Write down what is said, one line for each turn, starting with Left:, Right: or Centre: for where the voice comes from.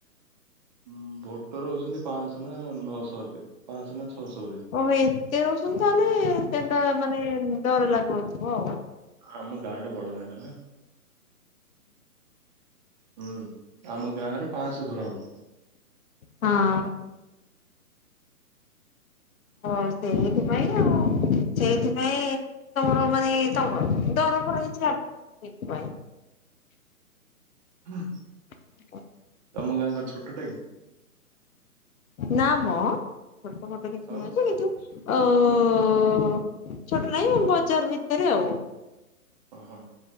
Right: ଉଁ ଭୋଟର ହଉଛନ୍ତି ପାଞ୍ଚଶ ନା ନଅଶହ ଏବେ ପାଞ୍ଚଶହ ନା ଛଅଶହ ବୋଧେ
Left: ଓହୋ ଏତେ ହଉଛନ୍ତି ତାହେଲେ ଏତେଟା ମାନେ ଡର ଲାଗୁ ନଥିବ ଆଉ।
Right: ଆମ ଗାଁ ଟା ବଡ ଗାଁ ଟା ନା ହୁଁ ଆମ ଗାଁରେ ପାଞ୍ଚଶହ ଘର ହବ।
Left: ହଁ ହଁ ସେଇଥିପାଇଁ ଆଉ ସେଇଥିପାଇଁ ତମର ମାନେ ତମର ଦରଫର ହେଇଛି <inaudible> ଏଇଥିପାଇଁ
Right: ହଁ <inaudible>
Left: ହ <inaudible>
Right: ତମ ଗାଆଁ କଣ ଛୋଟଟା କି
Left: ନମୋ ଛୋଟ ମୋଟ କିଛି
Right: ଆଉ
Left: ନୁହେଁ ଯେ କିନ୍ତୁ ଅ ଅ ଛୋଟ ନାଇଁ ବଜାର ଭିତରେ ଆଉ
Right: ହଁ ହଁ